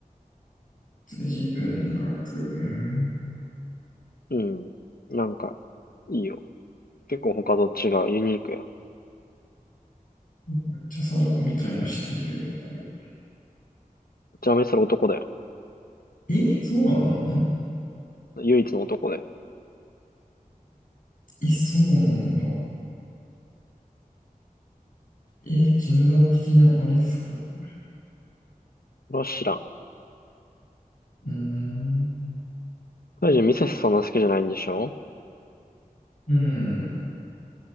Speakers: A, on the left (about 65°); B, on the left (about 85°).
A: 辻文学。
B: うん。なんか、いいよ。結構他と違う、ユニークや。
A: めっちゃ貞子みたいな人いるね、これ。
B: ちなみにそれ男だよ。
A: え、そうなの
B: 唯一の男だよ。
A: え、そうなんだ。え、ジェンダー的なあれっすか、これ。
B: それは知らん。
A: うーん。
B: 大臣ミセスそんな好きじゃないんでしょ
A: うん。